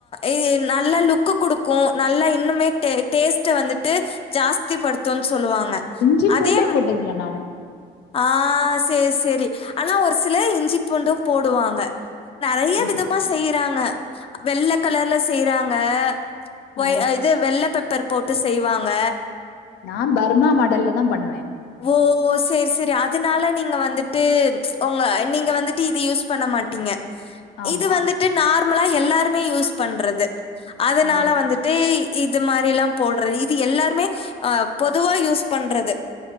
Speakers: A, on the left; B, on the left.
A: இ நல்லா லுக் கொடுக்கு நல்லா இன்னுமே டே டேஸ்ட் டு வந்துட்டு ஜாஸ்தி படுத்துனு சொல்லுவாங்க
B: இஞ்சி
A: அதே
B: பூண்டே
A: ம்
B: போட்டதில்லை நான்
A: ஆஹ ச சேரி சேரி ஆனா ஒரு சி ல இஞ்சி பண்டு போடுவாங்க நறைய
B: அப்படிங்களா
A: விதமா செய்யறாங்க வெள்ள கலர்ல செய்யறாங்க ஒ
B: ஆ
A: இது வெள்ளப் பெப் பெப்பர் போட்டு செய்வாங்க
B: நா பர்மா மாடல்லாத பண்ணுவ
A: ஓ சேரி சேரி அதனால நீங்க வந்துட்டு உங்க நீங்க வந்துட்டு இது யூஸ் பண்ண மாட்டீங்க
B: ஆமா
A: இது வந்துட்டு நார் நார்மலா எல்லாருமே யூஸ் பண்றது அதனால
B: ஓ
A: வந்துட்டு இது மாரிலாம் போடுறது இது எல்லாருமே அஹ் பொதுவா யூஸ் பண்றது